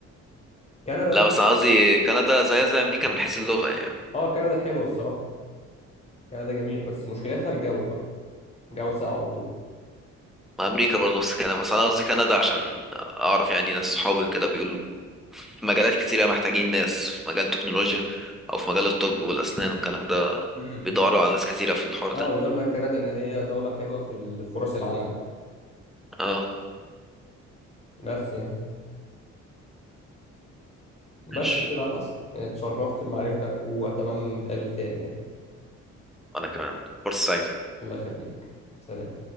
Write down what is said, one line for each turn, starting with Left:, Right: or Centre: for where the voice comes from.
Left: كندا
Centre: لا
Left: بقى
Centre: بس قصدي كندا زيها زي امريكا من حيث اللغه يعني
Left: اه كندا حلوه الصراحه كندا جميله بس مشكلتها الجو بقى جو ساقع على طول
Centre: ما امريكا برضه نفس الكلام بس انا قصدي كندا عشان اعرف يعني ناس صحابي كده بيقولوا في مجالات كتيرة محتاجين ناس في مجال التكنولوجيا او في مجال الطب والاسنان والكلام ده
Left: مم.
Centre: بيدوروا على ناس كتيرة في الحوار ده
Left: اه بيقول لك كندا ان هي دولة حلوة في ال- فرص العمل
Centre: اه
Left: بس يعني بس
Centre: ماشي
Left: كده حصل اتشرفت بمعرفتك واتمنى نتقابل تاني يعني
Centre: انا كمان فرصة سعيدة
Left: الله يخليك سلام